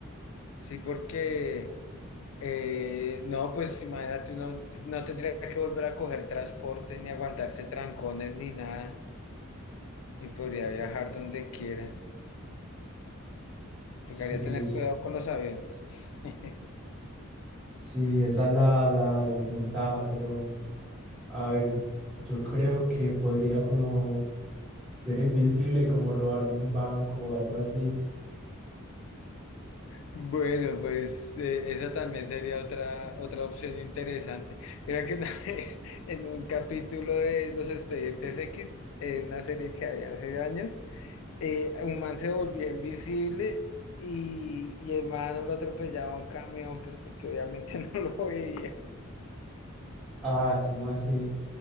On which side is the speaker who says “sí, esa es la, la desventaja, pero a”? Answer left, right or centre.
Centre